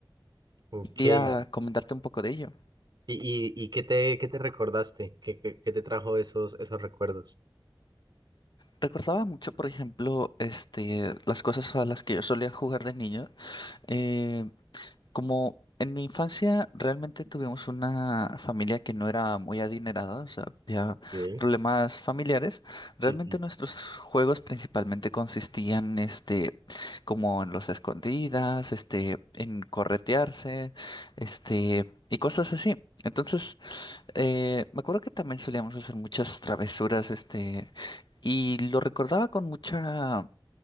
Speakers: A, on the right; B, on the left.
A: Ok,
B: Quería
A: ¿y,
B: comentarte un poco de ello.
A: y, y qué te, qué te recordaste? ¿Qué, qué, qué te trajo esos, esos recuerdos?
B: Recordaba mucho, por ejemplo, este, las cosas a las que yo solía jugar de niño. eh, Como en mi infancia realmente tuvimos una familia que no era muy adinerada, o sea, había
A: Ok,
B: problemas familiares.
A: Sí,
B: Realmente
A: sí.
B: nuestros juegos principalmente consistían, este, como en los escondidas, este, en corretearse, este, y cosas así. Entonces, eh, me acuerdo que también solíamos hacer muchas travesuras, este, y lo recordaba con mucha